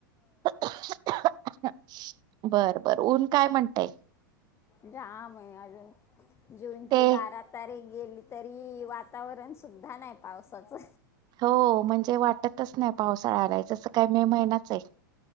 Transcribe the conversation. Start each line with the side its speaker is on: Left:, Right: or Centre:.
Right: बरं बर ऊन काय म्हणतंय?
Left: जाम आहे अजून, जूनची
Right: ते
Left: बारा तारीख गेली तरी वातावरण सुद्धा नाही पावसाचं.
Right: हो म्हणजे वाटतच नाही पावसाळा आलाय जसं काय मे महिनाचय.